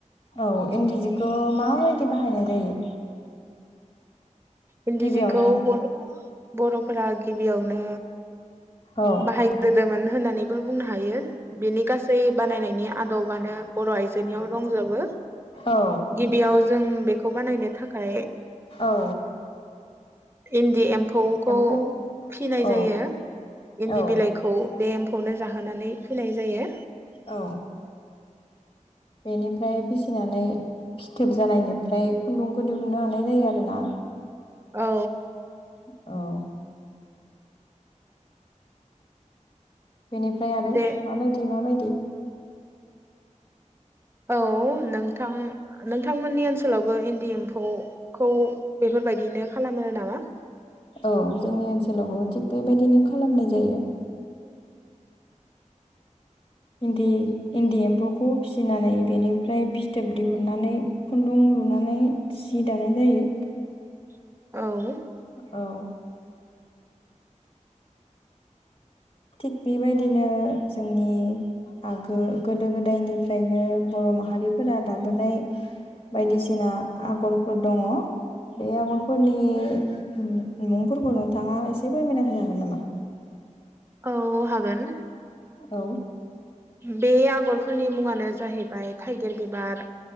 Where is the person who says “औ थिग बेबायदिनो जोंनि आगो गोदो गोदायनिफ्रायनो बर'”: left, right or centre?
Left